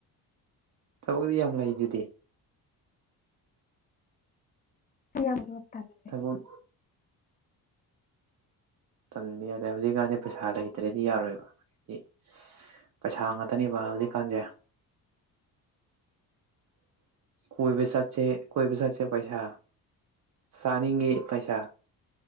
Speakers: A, on the right (about 50°); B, on the left (about 25°).
A: ꯊꯕꯛꯛꯇꯗꯤ ꯌꯥꯝ ꯂꯩ ꯑꯗꯨꯗꯤ
B: ꯐ ꯌꯥ ꯑꯣꯏꯠꯇꯔꯦ
A: ꯊꯕꯛ ꯇꯟꯕ ꯌꯥꯗꯦ ꯍꯧꯖꯤꯛꯀꯥꯟꯗꯤ ꯄꯩꯁꯥ ꯂꯩꯇ꯭ꯔꯦꯗꯤ ꯌꯥꯔꯣꯏꯕ ꯍꯥꯏꯗꯤ ꯄꯩꯁꯥ ꯉꯥꯛꯇꯅꯦꯕ ꯍꯧꯖꯤꯛꯀꯥꯟꯁꯦ ꯀꯣꯏ ꯄ ꯆꯥꯁꯦ ꯀꯣꯏ ꯄ ꯆꯥꯁꯦ ꯄꯩꯁꯥ ꯁꯅꯤꯡꯒꯤ ꯄꯩꯁꯥ